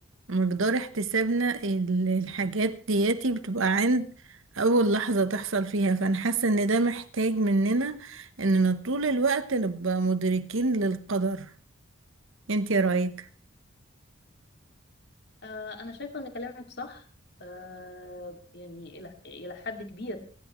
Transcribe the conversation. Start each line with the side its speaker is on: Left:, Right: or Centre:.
Right: مقدار احتسابنا ال- الحاجات دياتي بتبقى عند اول لحظة تحصل فيها فانا حاسة ان ده محتاج مننا اننا طول الوقت نبقى مدركين للقدر انتي رايك
Left: آه، أنا شايفة ان كلامك صح آه، يعني إلى إلى حد كبير